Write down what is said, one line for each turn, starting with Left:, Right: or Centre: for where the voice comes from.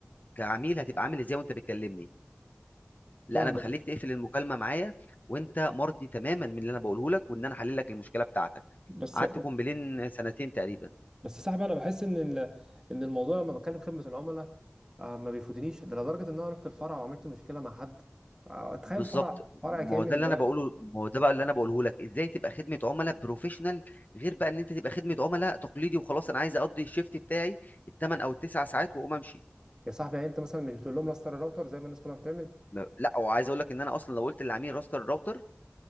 Left: كعميل هتبقى عامل ازاي وانت بتكلمني لا
Right: فاهمك
Left: انا بخليك تقفل المكالمه معايا وانت مرضي تماما من اللي انا بقوله لك وان انا حلل لك المشكله بتاعتك
Right: بس
Left: قعدت كومبلين سنتين تقريبا
Right: بس يا صاحبي انا بحس ان ال- ان الموضوع لما بتكلم خدمه العملاء آه، ما بيفوتنيش ده لدرجه ان انا رحت الفرع وعملت مشكله مع حد آه، تخيل
Left: بالظبط
Right: فرع فرع
Left: ما
Right: كامل
Left: هو ده اللي
Right: واقف.
Left: انا بقوله ما هو ده بقى اللي انا بقوله لك ازاي تبقى خدمه عملاء بروفيشنال غير بقى ان انت تبقى خدمه عملاء تقليدي وخلاص انا عايز اقضي الشيفت بتاعي الثمان او التسع ساعات واقوم امشي
Right: يا صاحبي يعني انت مثلا مش بتقول لهم راستر الراوتر زي ما الناس كلها بتعمل
Left: ما- لا وعايز اقول لك ان انا اصلا لو قلت للعميل راستر الراوتر